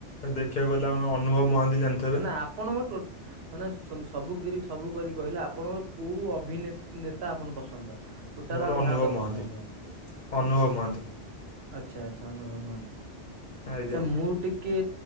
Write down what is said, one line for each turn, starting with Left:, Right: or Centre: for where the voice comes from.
Left: ଦେଖିବାକୁ ଗଲା ଅନୁଭବ ମହାନ୍ତି। ଜାଣିଥିବେ
Right: ନା ନା ଆପଣଙ୍କ <unintelligible> ମାନେ ସବୁ ସବୁ କରି କହିଲେ ଆପଣଙ୍କର କୋଉ ଅଭିନେନେତା ଆପଣ ପସନ୍ଦ? ଟୋଟାଲ
Left: ମୋର
Right: ଆମ
Left: ଅନୁଭବ
Right: ଭାରତ ବର୍ଷ
Left: ମହାନ୍ତି
Right: ମଧ୍ୟରେ
Left: ଅନୁଭବ ମହାନ୍ତି।
Right: ଆଚ୍ଛା ଆଚ୍ଛା ଅନୁଭବ ମହାନ୍ତି,
Left: ଆଜ୍ଞା
Right: ଆଚ୍ଛା ମୁଁ ଟିକେ